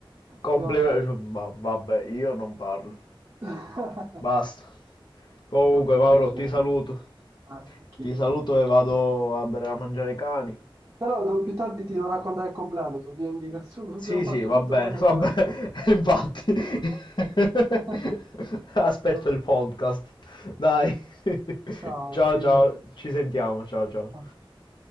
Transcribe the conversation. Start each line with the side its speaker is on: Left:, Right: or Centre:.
Left: Complimenti.
Right: Vabbè.
Left: Va- vabbè, io non parlo.
Right: <laughs>
Left: Basta.
Right: È
Left: Comunque,
Right: stato un
Left: Mauro,
Right: piacere,
Left: ti saluto.
Right: Ah, anch'io.
Left: Ti saluto e vado a dare a mangiare ai cani.
Right: Però do- più tardi ti devo raccontare il compleanno, so, via indicazione, <laughs> abbiamo
Left: Sì,
Right: fatto
Left: sì, va
Right: tutto
Left: bene,
Right: tranne
Left: va
Right: parlare
Left: bene,
Right: del compleanno.
Left: <laughs> infatti. <laughs>
Right: <laughs>
Left: Aspetto
Right: Vabbè.
Left: il podcast. Dai. <laughs>
Right: Ciao,
Left: Ciao,
Right: ci-
Left: ciao, ci sentiamo, ciao, ciao.
Right: ciao. ciao.